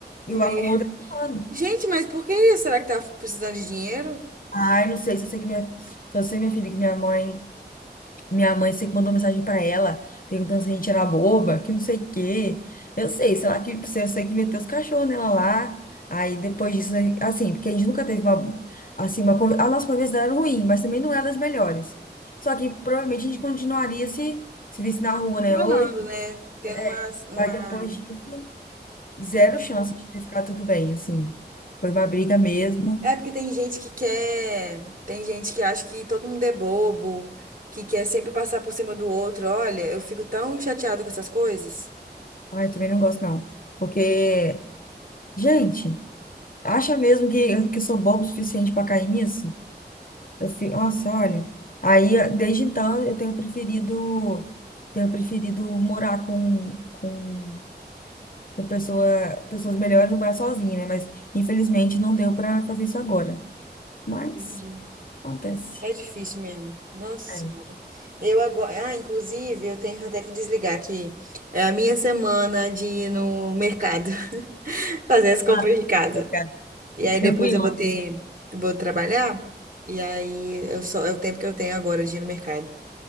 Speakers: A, on the left; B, on the right.
A: E
B: Me-
A: o acordo é um ano.
B: Gente, mas por que isso? Será que tá precisando de dinheiro?
A: Ai, não sei, se eu sei que minha, só sei, minha filha, que minha mãe. Minha mãe sei que mandou mensagem pra ela, perguntando se a gente era boba, que não sei o quê. Eu sei, sei lá que eu sei que meteu os cachorros nela lá. Aí depois disso, né, assim, porque a gente nunca teve uma, assim, uma, convi- a nossa conversa era ruim, mas também não era das melhores. Só que provavelmente a gente continuaria se se visse na rua,
B: Tô
A: né?
B: Falando,
A: Oito,
B: né? Tendo
A: é.
B: uma, uma,
A: Mas depois disso, zero
B: tendo
A: chance
B: uma
A: de ter ficado tudo bem, assim. Foi uma briga mesmo.
B: É porque tem gente que quer, tem gente que acha que todo mundo é bobo, que quer sempre passar por cima do outro. Olha, eu fico tão chateada com essas coisas.
A: Ai, eu também não gosto não, porque gente Acha mesmo que, que sou bobo o suficiente para cair nisso? Eu fico, nossa, olha. Aí, desde então, eu tenho preferido, tenho preferido morar com, com, com pessoa, pessoas melhores do que morar sozinha, né? Mas, infelizmente, não deu para fazer isso agora. Mas,
B: Entendi.
A: acontece.
B: É difícil mesmo. Nossa Senhora.
A: É.
B: Eu agora, ah, inclusive, eu tenho até que desligar aqui. É a minha semana de ir no mercado, <laughs> fazer as compras
A: Ah,
B: de casa.
A: cara,
B: E aí depois
A: eu fui
B: eu
A: ontem.
B: vou ter, vou trabalhar. E aí eu só é o tempo que eu tenho agora de ir no mercado,